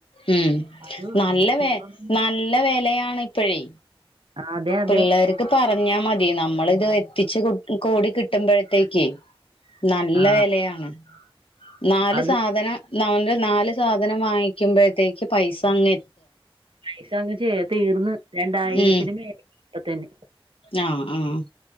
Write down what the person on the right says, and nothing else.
അത് വാങ്ങി
ചെറുതൊന്നും
ആ അതെ അതെ
ആ
അത്
പൈസാങ്ങ് ചേ തീർന്ന് രണ്ടായിരത്തിന്
മേലെയായി ഇപ്പതന്നെ.